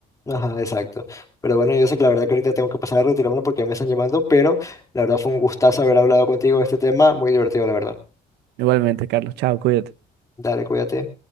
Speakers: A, on the left (about 20°); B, on the right (about 85°).
A: Ajá, exacto. Pero bueno, yo sé que la verdad que ahorita tengo que pasar a retirarme porque ya me están llamando, pero la verdad fue un gustazo haber hablado contigo de este tema, muy divertido, la verdad.
B: Igualmente, Carlos. Chao, cuídate.
A: Dale, cuídate.